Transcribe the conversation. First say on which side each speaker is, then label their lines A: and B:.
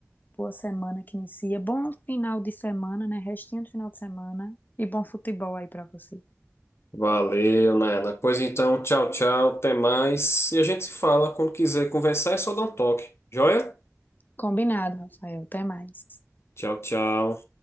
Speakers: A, on the left; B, on the left.
A: boa semana que inicia, bom final de semana, né? Restinho do final de semana e bom futebol aí pra você.
B: Valeu, Nana. Pois então, tchau, tchau, até mais. E a gente se fala quando quiser conversar, é só dar um toque. Joia?
A: Combinado, Rafael. Até mais.
B: Tchau, tchau.